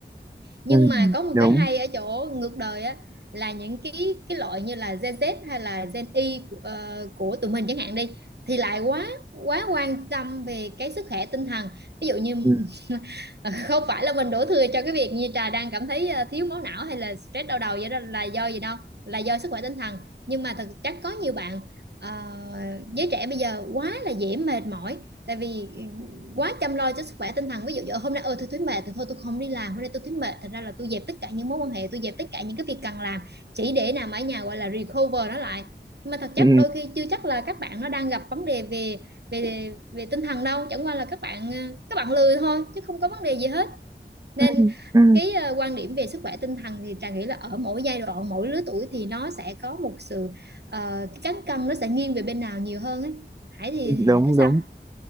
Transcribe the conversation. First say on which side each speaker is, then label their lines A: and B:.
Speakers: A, on the right; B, on the right.
A: nhưng
B: ừ,
A: mà
B: Ừ.
A: có một
B: đúng,
A: cái hay ở chỗ ngược đời á là những cái cái loại như là Gen Z hay là Gen Y ờ, của tụi mình chẳng hạn đi thì lại quá quá quan tâm về cái sức khỏe tinh thần ví dụ như
B: ừ,
A: <laughs> không phải là mình đổ thừa cho cái việc như trà đang cảm thấy ờ, thiếu máu não hay là stress đau đầu vậy đó là do gì đâu là do sức khỏe tinh thần nhưng mà thật chắc có nhiều bạn ờ, giới trẻ bây giờ quá là dễ mệt mỏi tại vì ừ, quá chăm lo cho sức khỏe tinh thần ví dụ như hôm nay ơi tôi thấy mệt thì thôi tôi không đi làm hôm nay tôi thấy mệt thành ra là tôi dẹp tất cả những mối quan hệ tôi dẹp tất cả những cái việc cần làm chỉ để nằm ở nhà gọi là recover nó lại nhưng mà thật
B: ừ,
A: chất đôi khi chưa chắc là các bạn nó đang gặp vấn đề về về về tinh thần đâu chẳng qua là các bạn ờ, các bạn lười thôi chứ không có vấn đề gì hết nên
B: Ừ. Ừ.
A: cái ờ, quan điểm về sức khỏe tinh thần thì Trà nghĩ là ở mỗi giai đoạn mỗi lứa tuổi thì nó sẽ có một sự ờ, cái cán cân nó sẽ nghiêng về bên nào nhiều hơn ấy. Hải thì Hải
B: đúng
A: thấy sao?
B: đúng.